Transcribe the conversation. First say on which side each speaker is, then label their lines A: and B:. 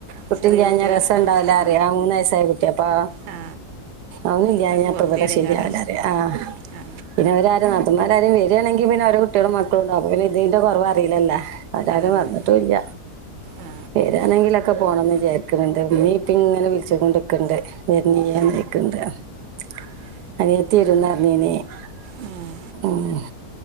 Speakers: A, on the right; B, on the right.
A: കുട്ടില്ലാഞ്ഞ
B: ചെറിയ കുട്ടിക്കാര
A: രസം ഉണ്ടാവില്ല
B: ആ
A: പറിയ മൂന്ന്‌ വയസ്സായ കുട്ടിയ അപ്പാ
B: ആ
A: അഒന്നൂല്യ
B: അതൊക്കെ
A: ഇപ്പ
B: വെറുതെയുടെ
A: ഇവിടെ ശരിയാവില്ലാ
B: കാര
A: അറിയാ ആ
B: ആ
A: പിന്നെ ഇവരാര് മാരാരേം വരിയാണെങ്കി പിന്നെഓര കുട്ടികളും മക്കളുണ്ട അപ്പപിന്ന ഇതിന്റെ കുറവ അറിയില്ല അവരാരും
B: അതന്നെ
A: വന്നിട്ടും ഇല്ല
B: ആ
A: വരാണെങ്കിലൊന്നു ക്കെ പോണംന്ന് വിചാരിക്കണണ്ട് ഇമ്മി ഇപ്പേം ഇങ്ങനെ വിളിച്ച് കൊണ്ട്ക്കണ്ട് വെരണില്ല്യേന്നോയ്ക്കണ്ട്‌
B: ഏ.
A: <unintelligible>
B: ഉം.
A: ഉം